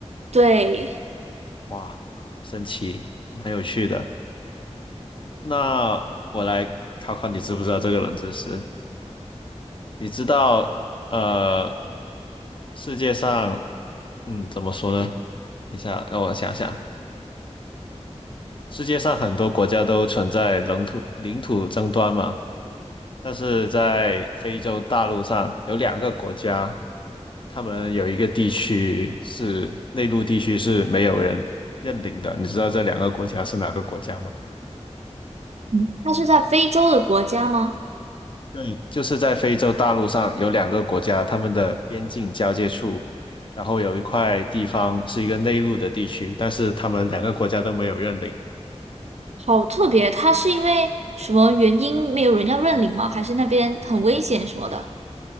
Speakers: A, on the right (about 70°); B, on the left (about 45°).
A: 对，
B: 哇，好神奇，蛮有趣的。那我来考考你，知不知道这个冷知识？你知道，呃，世界上，嗯，怎么说呢？等一下，让我想想。世界上很多国家都存在领土领土争端嘛，但是在非洲大陆上有两个国家，他们有一个地区是内陆地区是没有人认领的。你知道这两个国家是哪个国家吗？
A: 嗯，它是在非洲的国家吗？
B: 对，就是在非洲大陆上有两个国家，他们的边境交界处，然后有一块地方是一个内陆的地区，但是他们两个国家都没有认领。
A: 好特别，它是因为什么原因没有人要认领吗？还是那边很危险什么的？